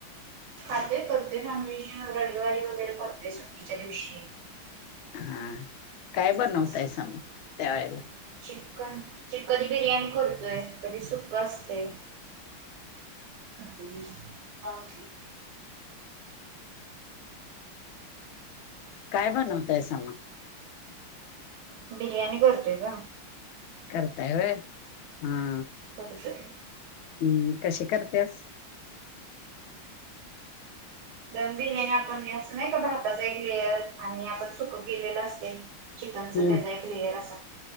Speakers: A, on the right; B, on the left.
A: खाते करते नॉनव्हेज, रविवारी वगैरे करतेय सुट्टीच्या दिवशी.
B: हा, काय बनवतयसा
A: असं
B: मग त्या वेळेला?
A: चिकन- चिकणी बिर्याणी करतोय कधी सुका असते. ह <inaudible>
B: काय बनवताय स मग?
A: बिर्याणी करतोय ग.
B: करताय व्हय? हा.
A: हो सरी <unintelligible>
B: हम्म, कशी करतेस?
A: दम बिर्याणी आपण असं नाही का भातच एक लीअर आणि आपण सुकत गेलेलं असते. चिकनच
B: हम्म
A: त्याचा एक लेयर असा,